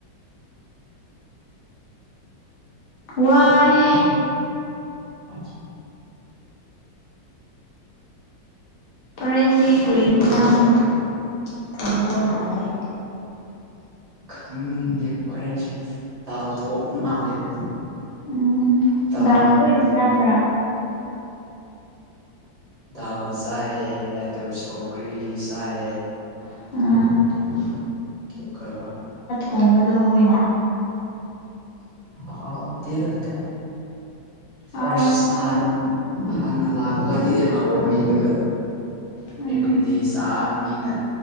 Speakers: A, on the left (about 75°); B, on the right (about 25°).
A: ꯋꯥꯏꯍ‌ꯦ
B: ꯑ <inaudible>
A: ꯍ‌ꯣꯔꯦꯟꯗꯤ ꯀ꯭ꯔꯤ ꯍꯤꯟꯖꯥꯡ ꯊ‌ꯣꯡꯗꯧ ꯃꯥꯂꯦ
B: ꯈꯪꯗ‌ꯦ ꯍ‌ꯣꯔ‌ꯦꯟꯁ‌ꯦ ꯇꯥꯎ ꯊꯣꯡꯕ ꯃꯥꯜꯂꯦꯗ
A: ꯎꯝ
B: ꯇꯥꯎ
A: ꯗꯥꯜ
B: ꯃꯅꯝ
A: ꯇꯣꯏꯅ
B: ꯅꯝ
A: ꯆꯥꯕ꯭ꯔꯥ
B: ꯗꯥꯜ ꯆꯥꯏꯌꯦ ꯑꯗꯨ ꯁꯧꯒ꯭ꯔꯤ ꯆꯥꯏꯌꯦ
A: ꯑꯥ
B: ꯑꯗꯨꯒ
A: ꯍꯣꯡꯕꯗꯣ ꯃꯣꯏꯅ
B: ꯍꯥꯎꯗ‌ꯦꯗ ꯀꯥꯏ ꯐ꯭ꯔꯁ
A: ꯍꯥꯎꯔꯝꯃꯣꯏꯗ
B: ꯑꯍꯥꯟ ꯍꯥꯟꯅ ꯂꯥꯛꯄ ꯀꯥꯟꯗꯗꯤ ꯍꯥꯎꯔꯝꯃꯦ ꯑꯗꯨꯒ
A: ꯎꯝ
B: ꯑꯦꯚ꯭ꯔꯤꯗꯦ ꯆꯥꯕꯅꯤꯅ